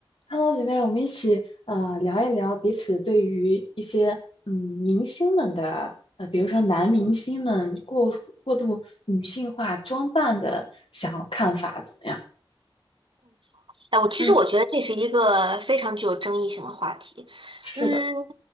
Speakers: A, on the left; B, on the right.
A: Hello，姐妹，我们一起呃聊一聊彼此对于一些嗯明星们的呃，比如说男明星们过过度女性化装扮的想看法怎么样？
B: 哎，我其实我觉得这是一个非常具有争议性的话题。
A: 嗯是的，
B: 嗯，